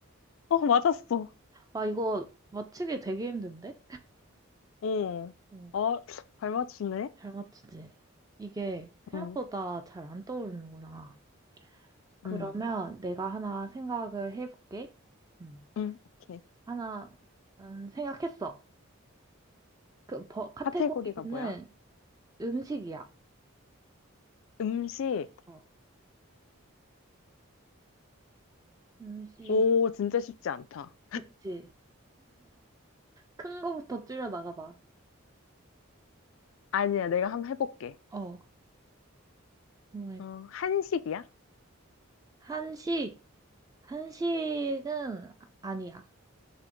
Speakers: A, on the left (about 70°); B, on the right (about 15°).
A: 어, 맞았어.
B: 아, 이거 맞히기 되게 힘든데?
A: 어,
B: 어,
A: 어, 잘 맞추네.
B: 잘 맞추지? 이게 생각보다
A: 음,
B: 잘 안 떠오르는구나. 그러면
A: 음,
B: 내가 하나 생각을 해볼게. 음,
A: 음, 오케이.
B: 하나, 음, 생각했어. 그, 버, 카테고리는
A: 카테고리가 뭐야?
B: 음식이야.
A: 음식.
B: 어, 음식,
A: 오, 진짜 쉽지 않다.
B: 그치? 큰 거부터 줄여 나가봐.
A: 아니야, 내가 한번 해볼게.
B: 어, 한번 해봐.
A: 어, 한식이야?
B: 한식, 한식은 아- 아니야.